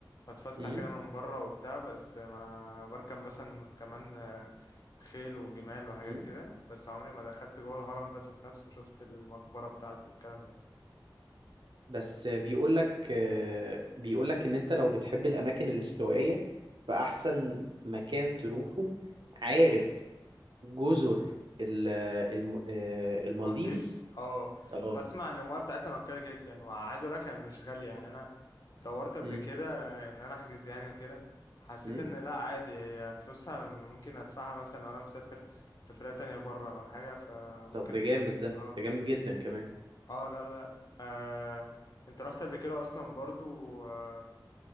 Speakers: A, on the left (about 50°); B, on the right (about 80°).
A: بتفسح
B: مم.
A: كده من بره وبتاع بس ما بركب مثلا كمان آه، خيل وجمال وحاجات
B: مم.
A: كده بس عمري ما دخلت جوه الهرم بس ذات نفسه وشفت المقبره بتاعته والكلام ده
B: بس بيقول لك بيقول لك ان انت لو بتحب الاماكن الاستوائيه فاحسن مكان تروحه عارف جزر ال- الم- آه، المالديفز
A: مالديفز اه
B: اه
A: بسمع ان المياه بتاعتها نقية جدا وعايز اقول لك هي مش غالية يعني انا دورت قبل
B: امم
A: كده ان انا احجز يعني وكده حسيت
B: امم
A: ان لا عادي هي فلوسها ممكن ادفعها مثلا لو انا مسافر سفرية تانية بره او حاجة فممكن
B: طب ده جامد ده
A: اه
B: ده جامد جدا كمان
A: اه لا لا لا آه. انت رحت قبل كده اصلا برضو آه.